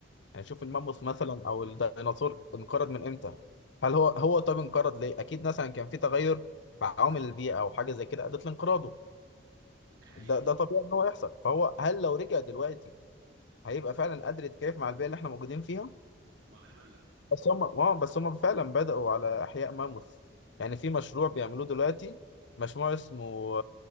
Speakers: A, on the left; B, on the right.
A: يعني شوف الماموث مثلا او الديناصور انقرض من امتى هل هو هو طب انقرض ليه اكيد مثلا كان في تغير مع عوامل البيئه او حاجه زي كده ادت لانقراضه
B: ده حقيقه
A: ده ده طبيعي ان هو يحصل فهو هل لو رجع دلوقتي هيبقى فعلا قادر يتكيف مع البيئه اللي احنا موجودين فيها
B: ما غالبا لا
A: بس هم اه بس هم فعلا بدأوا على احياء ماموث يعني في مشروع بيعملوه دلوقتي مشروع اسمه